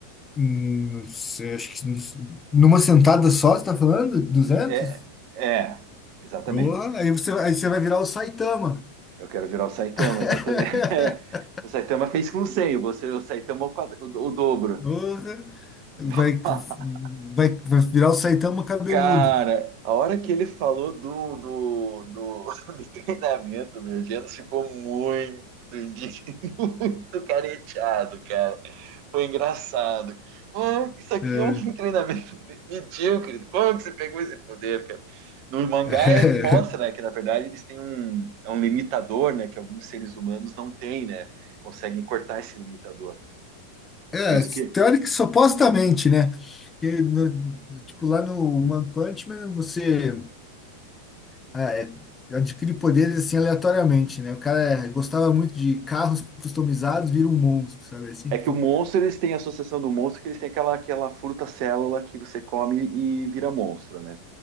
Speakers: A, on the left; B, on the right.
A: Hum, Não sei, acho que não sei. numa sentada só, você está falando? 200?
B: É, é, exatamente.
A: Oh, aí você, aí você vai virar o Saitama.
B: Eu quero virar o Saitama,
A: <laughs>
B: exatamente. <laughs> O Saitama fez com 100, você, o Saitama é o, quadra- o, o dobro.
A: Porra, vai,
B: <laughs>
A: vai, vai virar o Saitama cabeludo.
B: Cara, a hora que ele falou do, do, do, <laughs> do treinamento, meu Diano ficou muito, indi- <laughs> muito careteado, cara. foi engraçado. Ah, isso aqui
A: É,
B: é um <laughs> treinamento medíocre. Como que você pegou esse poder, cara? No mangá
A: <laughs>
B: é- mostra, né, que na verdade eles têm um, é um limitador, né, que alguns seres humanos não têm, né? Conseguem cortar esse limitador.
A: é,
B: Por isso que
A: teórico, supostamente, né? Que no- tipo, lá no One Punch Man, você ah, é, adquire poderes assim aleatoriamente, né? O cara é, gostava muito de carros customizados, vira um monstro, sabe? Assim,
B: é
A: tipo,
B: que o monstro eles têm a associação do monstro que eles têm aquela aquela fruta célula que você come e vira monstro, né?